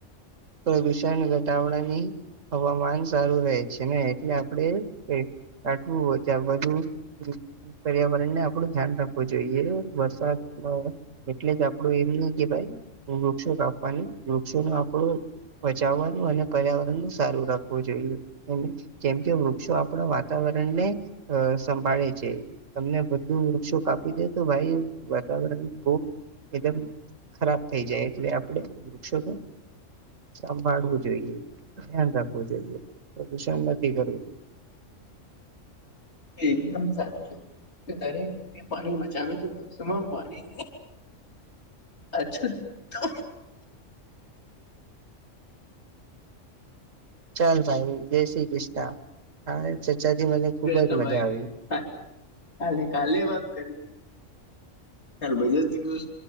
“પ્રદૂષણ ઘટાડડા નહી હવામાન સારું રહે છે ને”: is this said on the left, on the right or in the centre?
Right